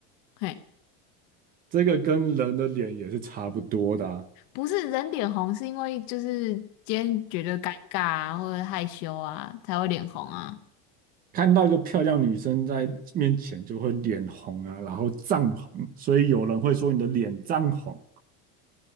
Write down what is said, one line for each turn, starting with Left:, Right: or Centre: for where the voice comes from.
Left: 嘿，
Right: 这个跟人的脸也是差不多的啊。啊
Left: 不是人脸红，是因为就是今天觉得尴尬啊，或者害羞啊，才会脸红啊。
Right: 看到一个漂亮女生在面前就会脸红啊，然后涨红，所以有人会说你的脸涨红，